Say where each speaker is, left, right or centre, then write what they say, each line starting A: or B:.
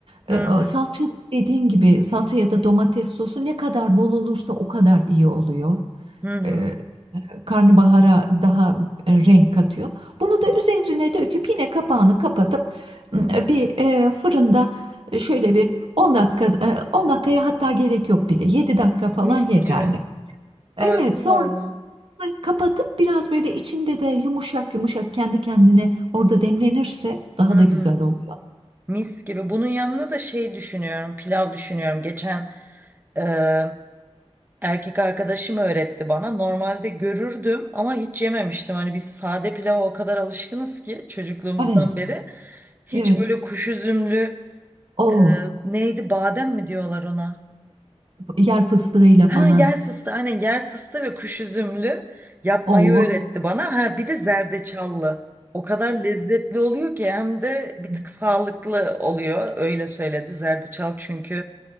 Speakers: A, on the right (about 55°); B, on the right (about 15°).
A: E,
B: Hı
A: e,
B: hı.
A: salça dediğin gibi salça ya da domates sosu ne kadar bol olursa o kadar iyi oluyor.
B: Hı hı.
A: E, karnabahara daha e, renk katıyor. Bunu da üzerine döküp yine kapağını kapatıp e, bir e, fırında şöyle bir on dakika e, 10 dakikaya hatta gerek yok bile 7 dakika falan
B: Mis
A: yeterli.
B: gibi. Harika
A: Evet, sonra
B: valla.
A: Bunları kapatıp biraz böyle içinde de yumuşak yumuşak kendi kendine orada demlenirse daha
B: Hı hı.
A: da güzel oluyor.
B: Mis gibi. Bunun yanına da şey düşünüyorum, pilav düşünüyorum. Geçen e, erkek arkadaşım öğretti bana. Normalde görürdüm ama hiç yememiştim. Hani biz sade pilava o kadar alışkınız ki çocukluğumuzdan
A: Evet.
B: beri. Hiç
A: Evet.
B: böyle kuş üzümlü
A: O
B: e, neydi badem mi diyorlar ona?
A: yer fıstığıyla
B: Ha
A: falan.
B: yer fıstığı aynen yer fıstığı ve kuş üzümlü yapmayı
A: O.
B: öğretti bana. Ha bir de zerdeçallı. O kadar lezzetli oluyor ki hem de bir
A: <laughs>
B: tık sağlıklı oluyor. Öyle söyledi. Zerdeçal çünkü